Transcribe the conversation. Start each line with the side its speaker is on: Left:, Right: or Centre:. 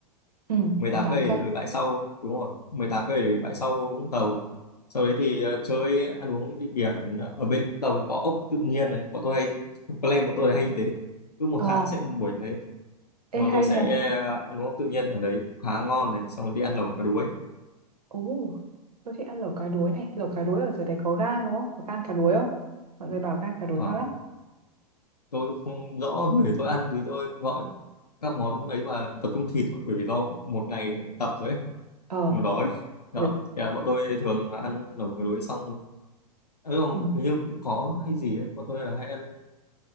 Right: Ừ,
Left: mười
Right: mười
Left: tám
Right: tám
Left: cây
Right: cây.
Left: để tới bãi sau đúng rồi 18 cây để đến bãi sau Vũng Tàu sau đấy thì ờ, chơi ăn uống đi biển ở bên Vũng Tàu thì có ốc tự nhiên này bọn tôi hay <laughs> plan bọn tôi là hay như thế cứ một
Right: Ờ,
Left: tháng sẽ một buổi như thế thì
Right: ê
Left: bọn
Right: hay
Left: tôi sẽ
Right: Ừ. nha.
Left: ờ, ăn uống ốc tự nhiên ở đấy khá ngon này xong rồi đi ăn lẩu cá đuối
Right: Ồ, tôi thích ăn lẩu cá đuối này. Lẩu cá đuối ở dưới đấy có gan đúng không? Có gan cá đuối không? Mọi người bảo gan cá đuối
Left: Ờ,
Right: ngon lắm.
Left: tôi cũng không rõ về tôi ăn thì tôi gọi các món ấy và tập trung thịt thôi bởi vì do một ngày tập rồi ấy
Right: Ờ,
Left: nó đói đó
Right: ừ.
Left: thì là bọn tôi thường là ăn ở buổi tối xong ừ, không,
Right: Ừ.
Left: hình như cũng có hay gì ấy. bọn tôi là hay ăn